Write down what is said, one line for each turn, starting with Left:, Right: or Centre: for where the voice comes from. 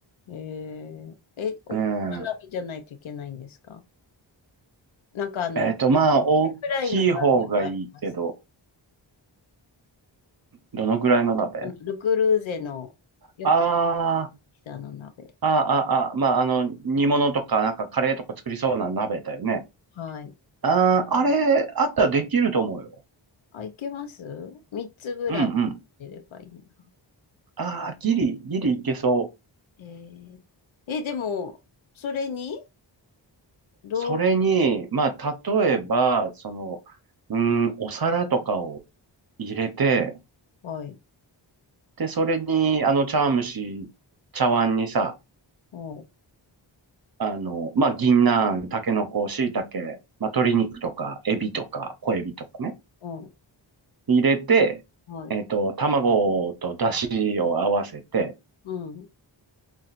Left: えー、え、大きな鍋じゃないといけないんですか
Right: うん。
Left: なんかあの、
Right: えっと、
Left: ルク
Right: まあ、大きい方がいいけど、
Left: フライの鍋もあります。
Right: どのぐらいの鍋
Left: あの、ルクルーゼのよくあるピザの鍋。
Right: あー、あー、あー、あー、まあ、あの、煮物とか、なんかカレーとか作りそうな鍋だよね。
Left: はい。
Right: あー、あれ、あったらできると思うよ。
Left: あ、いけます ?3 つぐらい入れればいいな。
Right: うんうん。ああギリ、ギリいけそう。
Left: えー、え、でも、それに、どう、
Right: それに、まあ、例えば、その、うーん、お皿とかを入れて、
Left: はい、
Right: で、それに、あの、茶碗蒸し、茶碗にさ、
Left: おう、
Right: あの、まあ、銀杏、タケノコ、椎茸、まあ、鶏肉とか、エビとか、小エビとかね、
Left: おう、
Right: 入れて、
Left: はい、
Right: えっと、卵と出汁を合わせて、
Left: うん、